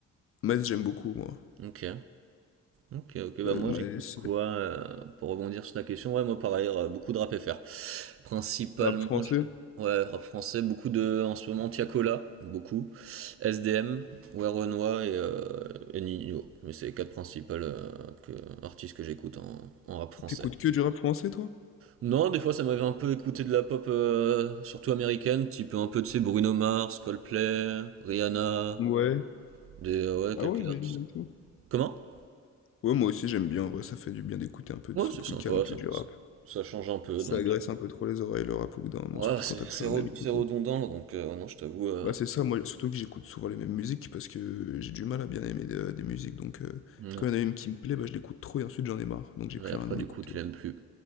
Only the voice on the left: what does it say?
Maes, j'aime beaucoup, moi.
Euh,
Maes,
rap français.
T'écoutes que du rap français, toi?
Ouais.
Ah
ouais, Origin
et tout.
Ouais, moi aussi j'aime bien, en vrai, ça fait du bien d'écouter un peu
de son
plus
calme que
du rap.
Ça
agresse un peu trop les oreilles, le rap, au bout d'un moment,
surtout
quand t'as plus
rien
à écouter.
Bah c'est ça, moi, surtout que j'écoute souvent les mêmes musiques, parce que j'ai du mal à bien aimer de- des musiques, donc euh,
quand il y en a une qui me plaît, bah je l'écoute trop et ensuite j'en ai marre, donc j'ai
plus
rien à
écouter.